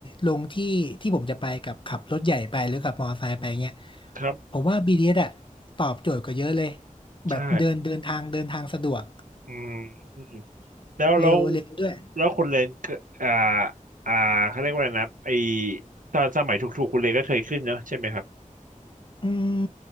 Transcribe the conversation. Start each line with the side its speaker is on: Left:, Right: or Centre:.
Left: ลงที่ที่ผมจะไปกับขับรถใหญ่ไปหรือขับมอเตอร์ไซค์ไปเงี้ย
Right: ครับ
Left: ผมว่า BTS อสอะตอบโจทย์กว่าเยอะเลย
Right: ใช่
Left: แบบเดินเดินทางเดินทางสะดวก
Right: อืมอืมแล้วแล้ว
Left: เร็วเร็วด้วย
Right: แล้วคุณเรนก็อ่าอ่าเขาเรียกว่าอะไรนะไอตอนสมัยถูกๆคุณเรนก็เคยขึ้นเนอะใช่ไหมครับ
Left: อืม